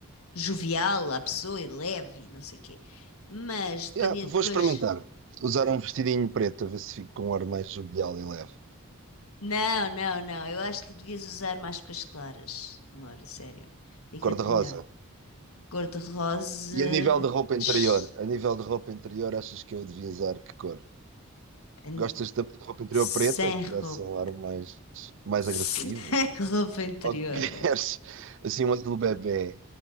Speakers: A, on the left; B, on the right.
A: jovial à pessoa e leve, e não sei o quê. Mas dependendo
B: Yeah, vou
A: depois.
B: experimentar. Usar um vestidinho preto, a ver se fico com um ar mais jovial e leve.
A: Não, não, não. Eu acho que devias usar mais coisas claras, amor, sério. Fica-te
B: Cor de rosa.
A: melhor. Cor-de-rosa
B: E a nível de roupa
A: s-
B: interior? A nível de roupa interior, achas que eu devia usar que cor?
A: an-
B: Gostas também de roupa interior
A: sem
B: preta, que dá-se
A: roupa.
B: um ar mais,
A: <laughs>
B: mais
A: Sem
B: agressivo?
A: roupa interior.
B: Ou <laughs> queres assim um azul bebê,